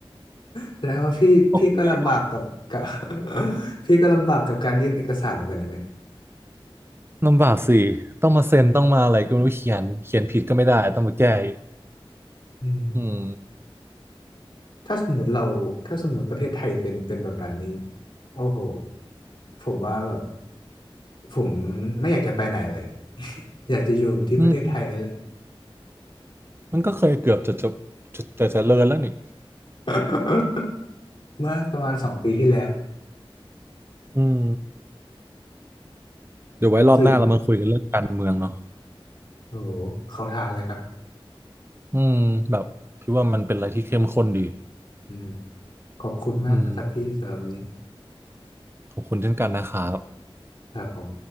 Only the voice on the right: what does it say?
ก็คงไม่
ลำบากสิต้องมาเซ็นต้องมาอะไรก็ไม่รู้เขียนเขียนผิดก็ไม่ได้ต้องมาแก้อีก
อืม
อืมมันก็เคยเกือบจะจะจะจะจะเลินแล้วนี่
อืมเดี๋ยวไว้รอบหน้าเรามาคุยกันเรื่องการเมืองเนาะ
อืมแบบพี่ว่ามันเป็นอะไรที่เข้มข้นดี
อืมขอบคุณเช่นกันนะครับ